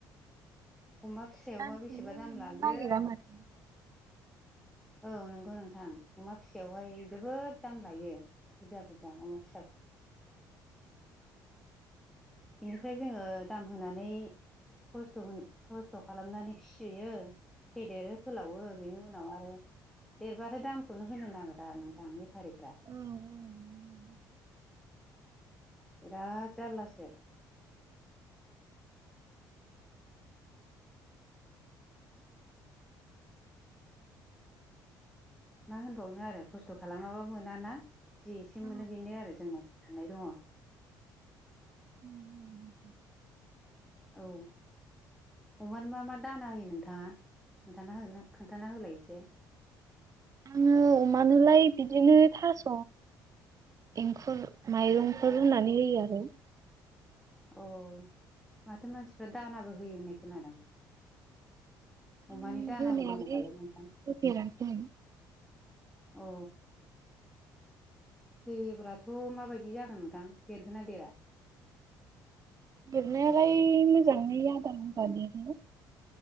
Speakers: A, in the centre; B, on the right (about 40°).
A: अमा फिसायावबा
B: दाननो
A: बेसेबा दाम लायो।
B: नागिरा माथो
A: औ नंगौ नोंथां अमा फिसायावहाय जोबोद दाम लायो। बुरजा बुरजा अमा फिसाखौनो
B: <unintelligible>
A: बेनिफ्राय जोङो दाम होनानै खस्थ' खस्थ' खालामनानै फिसियो फेदेरो फोलावो बेनि उनाव आरो देरबाथाय दामखौनो होनो नागिरा नोंथां बे फारिफ्रा
B: औ औ
A: बिराद जारलासो। मा होनबावनो आरो खस्थ' खालामाबा मोनाना जि एसे
B: औ
A: मोनो बेनो आरो जोंनाव साननाय दङ।
B: <inaudible>
A: औ अमानो मा मा दाना होयो नोंथाङा? खोन्थाना हो खोन्थाना होलाय एसे।
B: आङो अमानोलाय बिदिनो थास' एंखुर माइरंफोर रुनानै होयो आरो।
A: अ माथो मानसिफ्रा दानाबो होयो होननाय खोनादां
B: आं
A: अमानि दानाबो
B: होनायालाय
A: दङबालाय नंफां
B: होफेराखै
A: औ। होयोब्लाथ' माबायदि जागोन नोंथां देरगोना देरा
B: देरनायालाय मोजाङै आदार होबा देरो